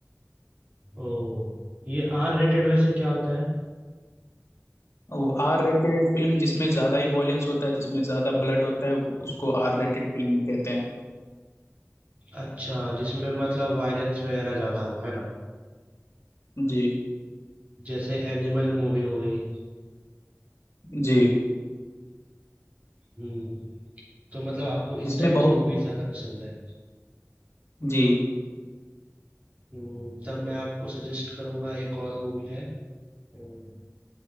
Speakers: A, on the right; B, on the left.
A: ओ ये आर रेटेड वैसे क्या होता है
B: वो आर रेटेड फिल्म जिसमें ज़्यादा ही वॉयलेंस होता है जिसमें ज़्यादा ब्लड होता है उसको आर रेटेड फिल्म कहते हैं
A: अच्छा जिसमें मतलब वायलेंस वगैरह ज्यादा हो है ना
B: जी
A: जैसे एनिमल मूवी हो गई
B: जी
A: हम्म तो मतलब आपको
B: इसमें
A: इस टाइप
B: बहुत
A: की मूवी ज्यादा पसंद है
B: जी
A: हम्म, तब मैं आपको सजेस्ट करूंगा एक और मूवी है हम्म,